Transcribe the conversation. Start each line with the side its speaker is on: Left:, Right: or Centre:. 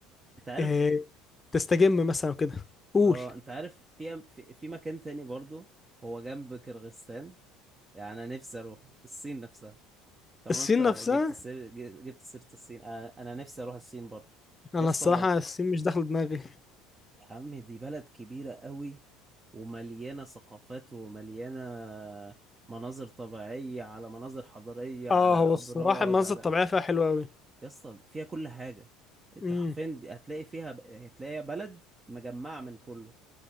Right: انت عارف
Left: إيه، تستجم مثلا كده قول
Right: اه انت عارف في في في مكان تاني برضو هو جنب كرغستان يعني انا نفسي اروح الصين نفسها طالما
Left: الصين
Right: انت
Left: نفسها
Right: جبت سير ج- جبت سيرة الصين انا أنا نفسي اروح الصين برضو
Left: انا
Right: يا اسطى
Left: الصراحه الصين مش داخله دماغي
Right: يا عم دي بلد كبيرة قوي ومليانة ثقافات ومليانة مناظر طبيعية على مناظر حضارية على
Left: اه
Right: أبراج
Left: هو الصراحه المناظر
Right: على
Left: الطبيعيه فيها حلوه قوي
Right: يا اسطى فيها كل حاجة انت
Left: امم
Right: حرفيا دي- هتلاقي فيها هتلاقي بلد مجمعة من كله